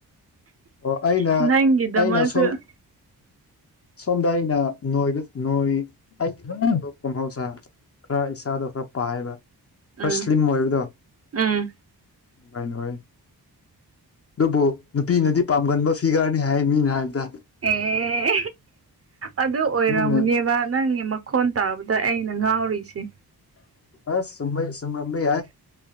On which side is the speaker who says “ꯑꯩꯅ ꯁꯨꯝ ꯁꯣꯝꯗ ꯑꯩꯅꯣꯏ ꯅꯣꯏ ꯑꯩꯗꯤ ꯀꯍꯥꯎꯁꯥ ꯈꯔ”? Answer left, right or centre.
Left